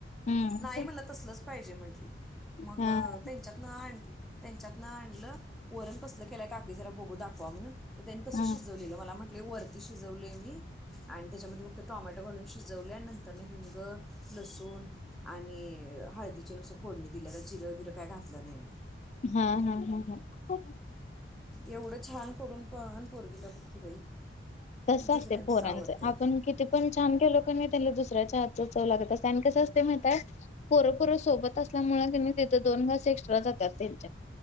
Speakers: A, on the left; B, in the centre.
A: हम्म.
B: नाही मला तसलचं पाहिजे. म्हटली. मग
A: हा.
B: त्यांच्यातनं आणी त्यांच्यातनं आणलं, वरण कसलं केलाय काकी जरा बघू दाखवा म्हणून. त्यांनी तसं
A: हा.
B: शिजवलेलं मला म्हट लय वरती शिजवलयं मी. आणि त्याच्यामध्ये फक्त टॉमॅटो घालून शिजवलंय नंतर हिंग लसूण आणि हळदी जरास फोडणी दिल्या जिरं बीर टा काय घातलं नाय मी.
A: हा हा हम हम.
B: एवढं छान करून पण पोरगीला बकी बाई.
A: तसच
B: दुसऱ्यांचंच
A: असतेयं पोरांच
B: आवडते
A: आपण, किती पण छान केलो कणीं त्यांना दुस दुसऱ्याच्या हात चव लागत असतयं, आणि कसं असतयं माहिती आहे. पोरं पोरं सोबत असल्यामुळे कणीं तिथ दोन घास एक्स्ट्रा जात्यात त्यांच्या.